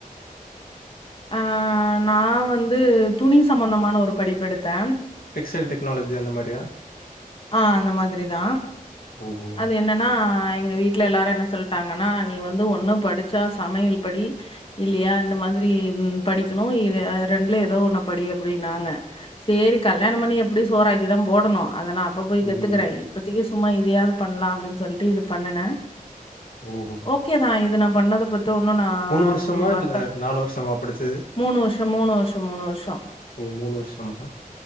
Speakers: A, on the left; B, on the left.
A: அஹ் நா வந்து துணி சம்பந்தமான ஒரு படிப்பு எடுத்தே
B: பிக்ஸெல் டெக்னாலஜி அந்த மாரியா
A: ஆஹ் அந்த மாதிரி தா
B: ஓஹோ!
A: அது என்னன்னா எங்க வீட்ல எல்லாரு‌ என்ன சொல்ட்டாங்கன்னா நீ வந்து ஒண்ணு படிச்சா சமையல் படி இல்லியா இந்த மாதிரி படிக்ணு இ ரெண்டுல ஏதோ ஒண்ணு படி அப்படினாங்க ஸேரி கல்யாணொ பண்ணி எப்டியு சோறாக்கி தா போடணு அதனா அப்ப போய் கத்துக்குறெ
B: ம்.
A: இப்பத்திக் சும்மா எதையாவது பண்லா அப்டின் சொல்லிட்டு இது பண்ணுனே
B: ஓஹோ!
A: ஓகே தா இது நம் பண்ணத பத் ஒன்னு நா
B: வருஷமா?
A: வருத்த
B: இல்ல வருஷமா படிச்சது?
A: மூணு வருஷ மூணு வருஷ மூணு வருஷ
B: ஓ! வருஷமா?